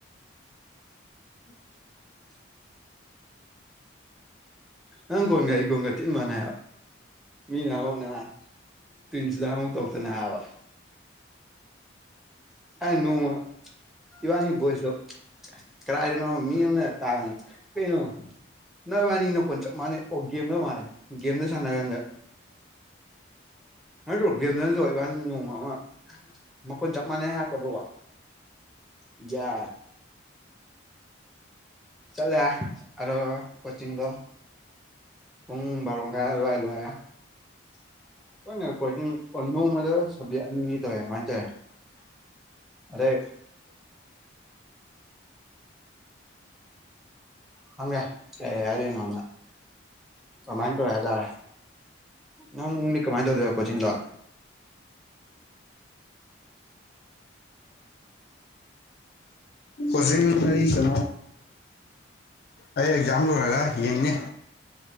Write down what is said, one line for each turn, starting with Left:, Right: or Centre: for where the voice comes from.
Centre: ꯎꯝ <unintelligible> ꯅꯪ ꯀꯣꯟꯒ ꯀꯣꯟꯒꯇꯅ ꯃꯥꯅꯥ ꯃꯤ ꯅꯍꯣꯅ ꯇꯨ ꯏꯖꯗꯥꯨ ꯇꯧ ꯇꯅ ꯑꯋꯥ ꯑ ꯅꯣꯡꯃ ꯏꯕꯥꯅꯤ ꯚꯣꯏꯁꯇꯣ ꯀꯗꯥꯏꯗꯅꯣ ꯃꯤ ꯑꯃꯅ ꯇꯥꯕꯅꯣ ꯀꯩꯅꯣ ꯅꯣꯏ ꯋꯥꯅꯤ ꯅꯈꯣꯟ ꯆꯞ ꯃꯥꯟꯅꯩ ꯑꯣ ꯒꯦꯝꯗ ꯃꯥꯥꯟꯂꯅꯤ ꯒꯦꯝꯗ ꯁꯥꯟꯅ ꯀꯥꯟꯗ ꯑꯗꯨ ꯒꯦꯝꯗꯅꯁꯨ ꯏꯕꯥ ꯅꯣꯡꯃ ꯑꯃ ꯃꯈꯣꯟ ꯆꯞ ꯃꯥꯟꯅꯩ ꯍꯥꯏ ꯠꯇꯕ ꯌꯥ ꯆꯠꯂꯦ ꯑꯣ ꯀꯣꯆꯤꯡꯤꯡꯗ ꯄꯨꯡ ꯕꯥꯔꯣ ꯃꯈꯥꯏ ꯑꯗꯥꯏꯗꯥ ꯂꯣꯏꯔꯦ ꯅꯦ ꯀꯣꯆꯤꯡ ꯅꯣꯡꯃꯗ ꯁꯕꯖꯦꯛ ꯑꯅꯤꯅꯤ ꯇꯧꯋꯦ ꯃꯥ ꯇꯔꯦ ꯑꯗꯦ ꯍꯦ ꯀ ꯌꯥꯔꯅ ꯃꯥꯏꯟꯇꯣꯇꯥꯔꯦ ꯅꯪꯗꯤ ꯀꯃꯥꯏꯅ ꯇꯧꯗꯣꯏꯕ ꯀꯣꯆꯤꯡꯗ
Left: ꯍꯧꯖꯤꯡꯅ ꯀꯩꯅꯣ ꯑꯩ ꯑꯦꯛꯖꯥꯝ ꯂꯣꯏꯔꯒ ꯌꯦꯡꯅꯦ